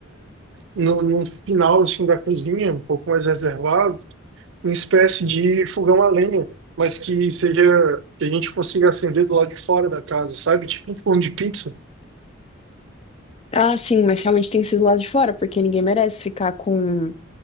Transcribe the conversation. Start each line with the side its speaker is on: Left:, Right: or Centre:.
Right: no, no final, assim, da cozinha, um pouco mais reservado uma espécie de fogão a lenha, mas que seja que a gente consiga acender do lado de fora da casa, sabe? Tipo um forno de pizza.
Left: Ah, sim, mas realmente tem que ser do lado de fora, porque ninguém merece ficar com,